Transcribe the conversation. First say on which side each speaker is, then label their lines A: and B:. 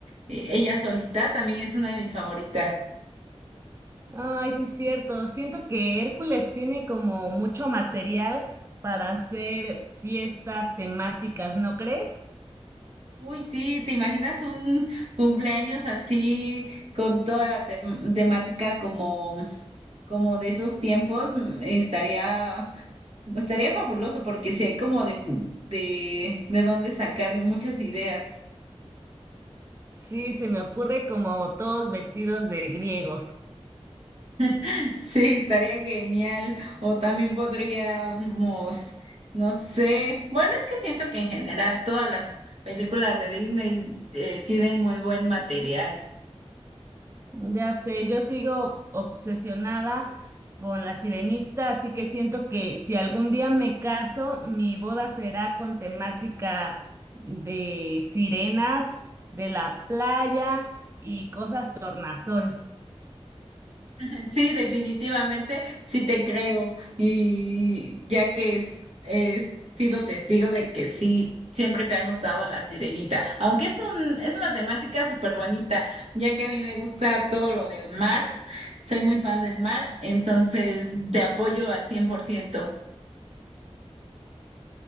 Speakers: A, on the right; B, on the right.
A: eh, ella solita, también es una de mis favoritas.
B: Ay, sí, es cierto. Siento que Hércules tiene como mucho material para hacer fiestas temáticas, ¿no crees?
A: Uy, sí, ¿te imaginas un cumpleaños así con toda la tem- temática como, como de esos tiempos? Mm, Estaría, estaría fabuloso porque si hay como de, de, de dónde sacar muchas ideas.
B: Sí, se me ocurre como todos vestidos de griegos.
A: <laughs> Sí, estaría genial. O también podríamos, no sé, bueno, es que siento que en general todas las películas de Disney eh, tienen muy buen material.
B: Ya sé, yo sigo obsesionada con la sirenita, así que siento que si algún día me caso, mi boda será con temática de sirenas, de la playa y cosas tornasol.
A: <laughs> Sí, definitivamente, sí te creo. Y ya que es- he sido testigo de que sí, siempre te ha gustado la sirenita. Aunque es un, es una temática súper bonita, ya que a mí me gusta todo lo del mar, soy muy fan del mar, entonces te apoyo al 100%.